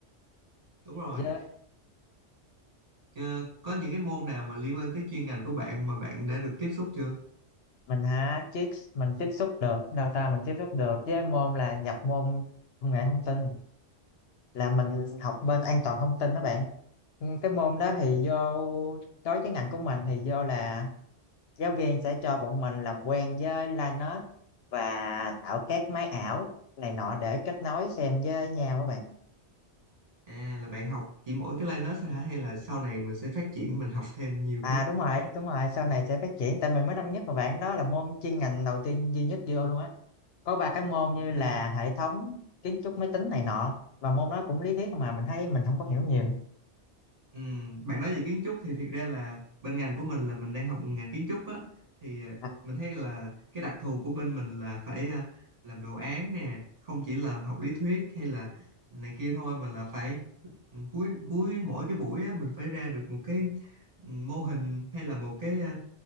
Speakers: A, on the right; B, on the left.
A: đúng rồi
B: Chứ
A: Ờ, có những cái môn nào mà liên quan tới chuyên ngành của bạn mà bạn đã được tiếp xúc chưa
B: mình hả chiếc mình tiếp xúc được đào tạo mình tiếp xúc được với môn là nhập môn công nghệ thông tin là mình học bên an toàn thông tin đó bạn Ừ, cái môn đó thì do đối với ngành của mình thì do là giáo viên sẽ cho bọn mình làm quen với Linux và tạo các máy ảo này nọ để kết nối xem với nhau các bạn
A: À là bạn học chỉ mỗi cái Linux thôi hả hay là sau này mình sẽ phát triển mình học thêm nhiều
B: à
A: cái
B: đúng rồi
A: cái khác
B: đúng rồi sau này sẽ phát triển tại mình mới năm nhất mà bạn đó là môn chuyên ngành đầu tiên duy nhất vô luôn á có ba cái môn như
A: cũng
B: là
A: hay.
B: hệ thống kiến trúc máy tính này nọ và môn đó cũng lý thuyết mà mình thấy mình không có hiểu nhiều
A: Ừ, bạn nói về kiến trúc thì thiệt ra là bên ngành của mình là mình đang học ngành kiến trúc á thì ờ,
B: à,
A: mình thấy là cái đặc thù của bên mình là phải ờ, làm đồ án nè, không chỉ là học lý thuyết hay là này kia thôi mà là phải ừ, cuối cuối mỗi cái buổi á mình phải ra được một cái ừ, mô hình hay là một cái à,